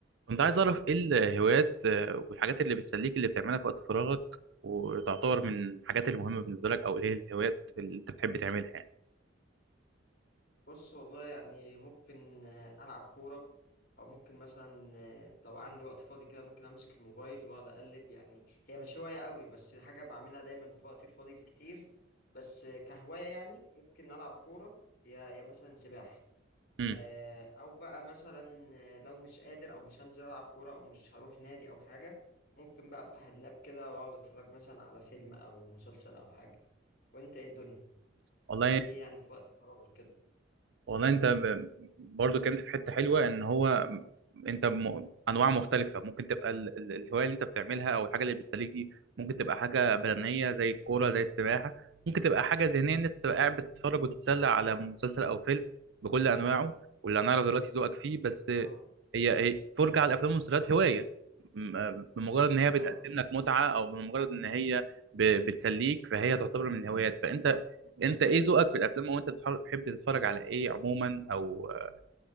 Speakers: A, on the right; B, on the left.
A: كنت عايز أعرف إيه الهوايات آه، والحاجات اللي بتسليك اللي بتعملها في وقت فراغك وتعتبر من الحاجات المهمة بالنسبة لك أو إيه الهوايات اللي أنت بتحب تعملها يعني.
B: بص والله يعني ممكن آه، ألعب كورة أو ممكن مثلا آه، لو عندي وقت فاضي كده ممكن أمسك الموبايل وأقعد أقلب يعني هي مش هواية قوي بس حاجة بعملها دايما في وقتي الفاضي الكتير بس آه، كهواية يعني ممكن ألعب كورة يا يا مثلا سباحة
A: امم
B: آه، أو بقى مثلا آه، لو مش قادر أو مش هنزل ألعب كورة أو مش هروح نادي أو حاجة ممكن بقى أفتح اللاب كده وأقعد أتفرج مثلا على فيلم أو مسلسل أو حاجة وأنت إيه الدنيا
A: والله
B: بتعمل إيه يعني في وقت فراغك كده؟
A: والله انت ب- برضو كنت في حته حلوه ان هو انت م... انواع مختلفه ممكن تبقى ال... ال- الهوايه اللي انت بتعملها او الحاجه اللي بتسليك دي ممكن تبقى حاجه بدنيه زي الكوره زي السباحه ممكن تبقى حاجه ذهنيه ان انت تبقى قاعد بتتفرج وتتسلى على مسلسل او فيلم بكل انواعه واللي انا اعرف دلوقتي ذوقك فيه بس
B: اه
A: هي هي فرجه على الافلام والمسلسلات هوايه م- بمجرد ان هي بتقدم
B: اه
A: لك متعه او بمجرد ان هي ب... بتسليك فهي تعتبر من الهوايات فانت انت ايه ذوقك في الافلام وانت بتح- بتحب تتفرج على ايه عموما او آه،